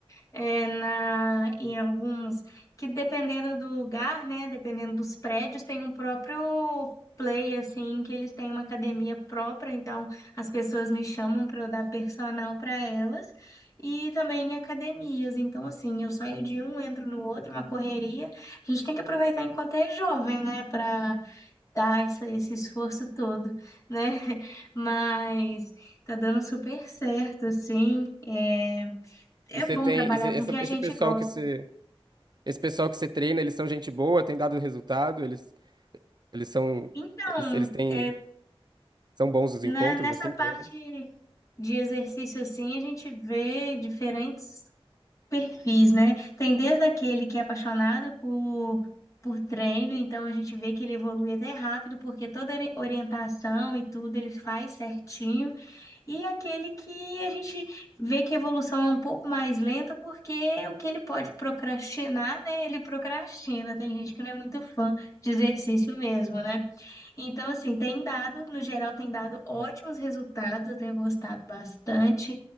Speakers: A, on the left (about 35°); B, on the right (about 45°).
A: é, na, em alguns, que dependendo do lugar, né, dependendo dos prédios, tem um próprio play, assim, que eles têm uma academia própria, então as pessoas me chamam para eu dar personal para elas, e também em academias, então assim, eu saio de um, entro no outro, uma correria, a gente tem que aproveitar enquanto é jovem, né, para dar esse, esse esforço todo, né, <laughs> mas tá dando super certo, assim, é é
B: E você
A: bom
B: tem,
A: trabalhar
B: e você-
A: com
B: essa-
A: o que a
B: esse
A: gente
B: pessoal
A: gosta.
B: que você, esse pessoal que você treina, eles são gente boa, tem dado resultado, eles, eles são,
A: Então,
B: eles, eles têm,
A: é,
B: são bons os
A: na-
B: encontros,
A: nessa
B: assim,
A: parte
B: com eles?
A: de exercício, assim, a gente vê diferentes. perfis, né? Tem desde aquele que é apaixonado por, por treino, então a gente vê que ele evolui até rápido, porque toda ori- orientação e tudo ele faz certinho. E aquele que a gente vê que a evolução é um pouco mais lenta, porque o que ele pode procrastinar, né? Ele procrastina. Tem gente que não é muito fã de exercício mesmo, né? Então, assim, tem dado, no geral, tem dado ótimos resultados, eu tenho gostado bastante.